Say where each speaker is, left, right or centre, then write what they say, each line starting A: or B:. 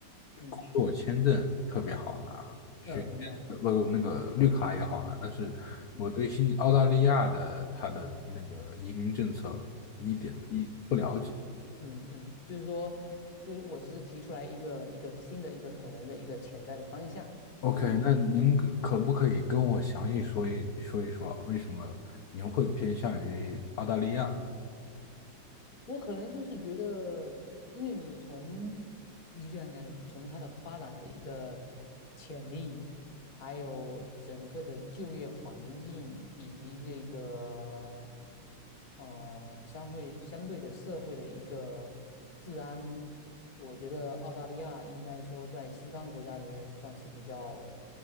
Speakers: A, on the left; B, on the left.
A: 嗯，
B: 工作签证特别好拿，
A: 呃，明白。
B: 呃不那个绿卡也好拿。但是我对新澳大利亚的他的那个移民政策一点一不了解。
A: 嗯嗯嗯嗯，就是说，就是我只是提出来一个一个新的一个可能的一个潜在的方向。
B: OK，
A: 你
B: 那您可可不可以跟我详细说一说一说，为什么您会偏向于澳大利亚呢？
A: 我可能就是觉得，因为你从你就像你讲，从它的发展的一个潜力，还有整个的就业环境，以及这个呃相会相对的社会的一个治安，我觉得澳大利亚应该说在西方国家里面算是比较